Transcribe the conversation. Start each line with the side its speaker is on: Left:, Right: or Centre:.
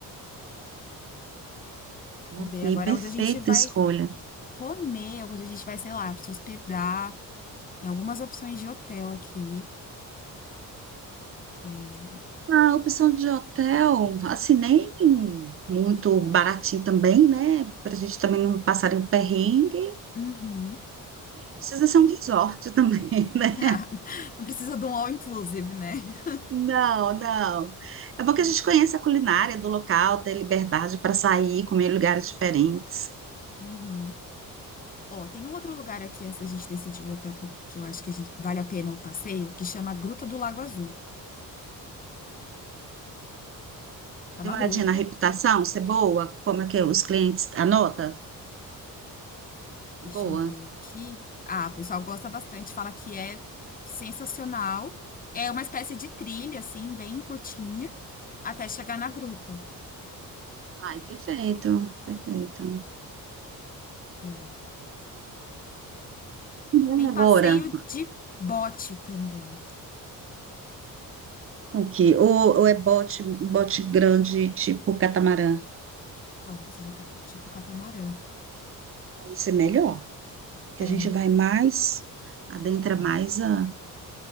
Right: Ok,
Left: Vamos Ver agora
Right: perfeita
Left: onde a gente vai
Right: escolha.
Left: comer, onde a gente vai, sei lá, se hospedar. Tem algumas opções de hotel aqui. É,
Right: A opção de hotel, assinei muito baratinho também, né? Pra gente também não passar em perrengue.
Left: uhum.
Right: Precisa ser um resort também, <laughs> né?
Left: <laughs> Não precisa de um all inclusive, né? <laughs>
Right: Não, não. É
Left: Tá
Right: bom que a
Left: bom.
Right: gente conheça a culinária do local, ter liberdade para sair, comer em lugares diferentes.
Left: Uhum. Ó, tem um outro lugar aqui antes da gente decidir o hotel que eu, que eu acho que a gente, vale a pena o passeio, que chama Gruta do Lago Azul. É uma
Right: Dê uma
Left: gruta.
Right: olhadinha na reputação, se é boa, como é que os clientes anota?
Left: Deixa
Right: Boa.
Left: eu ver aqui. Ah, o pessoal gosta bastante, fala que é sensacional. É uma espécie de trilha, assim, bem curtinha, até chegar na gruta.
Right: Ai, perfeito, perfeito.
Left: Boa.
Right: Hum,
Left: Tem
Right: Agora,
Left: passeio de bote também.
Right: Kayak ou, ou é bote, bote grande tipo catamarã?
Left: Talvez seja ca- tipo catamarã.
Right: Aí Isso é melhor, que
Left: É,
Right: a gente
Left: né?
Right: vai mais, adentra mais a,